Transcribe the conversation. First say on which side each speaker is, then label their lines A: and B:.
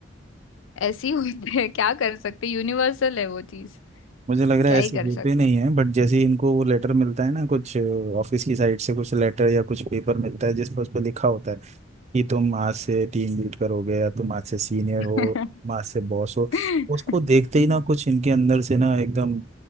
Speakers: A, on the left (about 90°); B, on the right (about 35°).
A: ऐसी हुई है क्या कर सकते यूनिवर्सल है वो चीज
B: मुझे लग रहा
A: क्या
B: है
A: ही
B: ऐसे
A: कर
B: होते
A: सकते
B: नहीं है बट जैसे ही इनको वो लेटर मिलता है ना कुछ ऑफिस की साइड से कुछ लेटर या कुछ पेपर मिलता है जिस पर उस पर लिखा होता है कि तुम आज से टीम लीड करोगे या तुम आज से सीनियर हो
A: हैं
B: तुम
A: <laughs>
B: आज से बॉस हो
A: <laughs>
B: उसको देखते ही ना कुछ इनके अंदर से ना एकदम